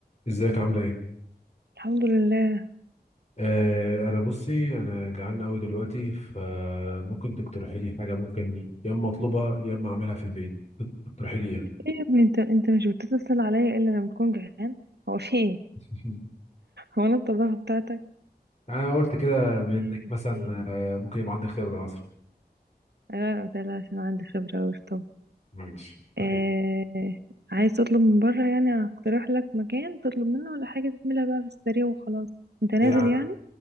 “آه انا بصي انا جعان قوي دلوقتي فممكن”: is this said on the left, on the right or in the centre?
Left